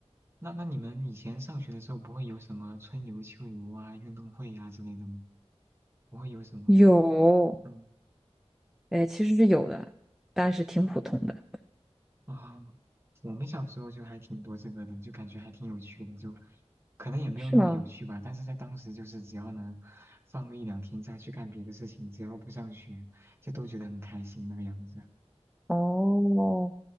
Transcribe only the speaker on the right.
那那你们以前上学的时候不会有什么春游、秋游啊、运动会啊之类的吗？不会有什么？
嗯
嗯啊，我们小时候就还挺多这个的，就感觉还挺有趣的，就可能也没有那么有趣吧，
但是在当时就是只要能放个一两天假去干别的事情，只要不上学，就都觉得很开心那个样子。